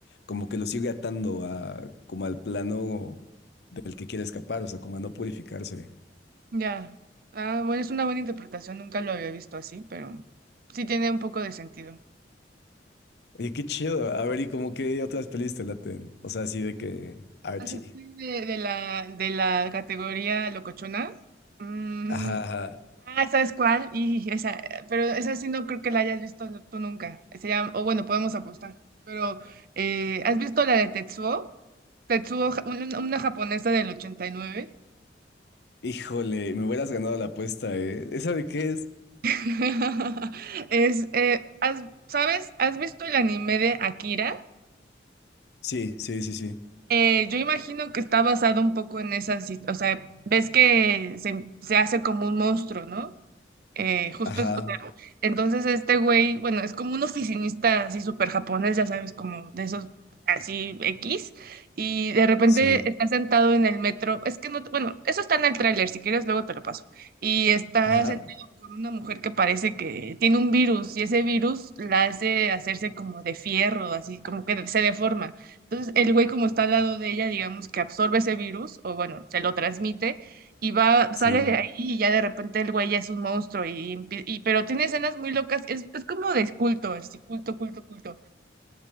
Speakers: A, on the left (about 60°); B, on the right (about 50°).
A: como que lo sigue atando a, como al plano del que quiere escapar, o sea, como a no purificarse.
B: ya. Ah, bueno, es una buena interpretación, nunca lo había visto así, pero sí tiene un poco de sentido.
A: Oye, qué chido. A ver, ¿y como qué otras pelis te laten? O sea, así de que Archie.
B: Así que de, de la, de la categoría locochona. mm,
A: Ajá, ajá.
B: ah, ¿sabes cuál? Y esa, pero esa sí no creo que la hayas visto nu- tú nunca. Se llama, o bueno, podemos apostar. Pero, eh, ¿has visto la de Tetsuo? Tetsuo, ja- una, una japonesa del 89.
A: Híjole, me hubieras ganado la apuesta, ¿eh? ¿Esa de qué es?
B: <laughs> Es, eh, ¿has- ¿sabes? ¿Has visto el anime de Akira?
A: Sí, sí, sí, sí.
B: Eh, yo imagino que está basado un poco en esa, sit- o sea, ves que se, se hace como un monstruo, ¿no? Eh, justo,
A: Ajá,
B: es- o sea, entonces este güey, bueno, es como un oficinista así súper japonés, ya sabes, como de esos así X, y de repente
A: sí,
B: está sentado en el metro, es que no, te- bueno, eso está en el tráiler, si quieres luego te lo paso, y está
A: ajá,
B: sentado con una mujer que parece que tiene un virus, y ese virus la hace hacerse como de fierro, así como que se deforma. Entonces el güey como está al lado de ella, digamos que absorbe ese virus, o bueno, se lo transmite y va, sale
A: sí.
B: de ahí y ya de repente el güey ya es un monstruo y, empie- y- pero tiene escenas muy locas, es, es como de culto, así, culto, culto, culto.